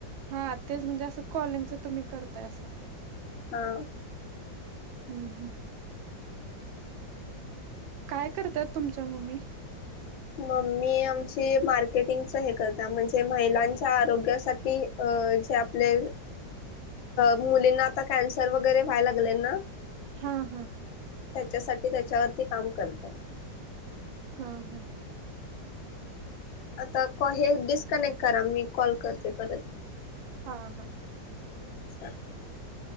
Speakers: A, on the right (about 85°); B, on the left (about 85°).
A: हा तेच म्हणजे असं कॉलिंगच तुम्ही करताय असं.
B: हा.
A: हम्म हम्म. काय करतयात तुमच्या मम्मी.
B: मम्मी आमची मार्केटिंगच हे करता म्हणजे महिलांच्या आरोग्यासाठी अ जे आपले मुलींना आता कॅन्सर वगैरे व्हायला लागले ना
A: हा हा.
B: त्यासाठी त्याच्यावरती काम करते.
A: ह ह.
B: आता हे डिस्कनेक्ट करा मी कॉल करते परत.
A: हा हा.
B: हा <inaudible>